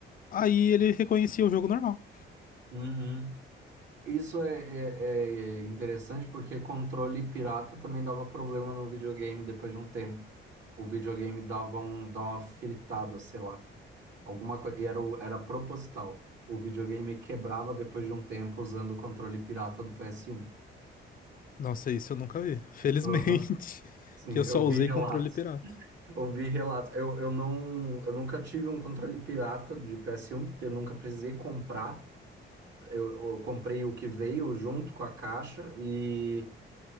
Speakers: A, on the left; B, on the right.
A: aí ele reconhecia o jogo normal.
B: Uhum. Isso é, é- é é interessante porque controle pirata também dava problema no videogame depois de um tempo. O videogame dava um, dava uma fritada, sei lá, alguma coisa. E era, o- era proposital. O videogame quebrava depois de um tempo usando o controle pirata do PS1.
A: Nossa, isso eu nunca vi. Felizmente,
B: Aham.
A: <laughs>
B: Sim,
A: que eu
B: eu
A: só usei
B: vi relatos.
A: controle pirata.
B: Eu vi relatos. Eu, eu não, eu nunca tive um controle pirata de PS1, porque eu nunca precisei comprar. Eu, eu comprei o que veio junto com a caixa e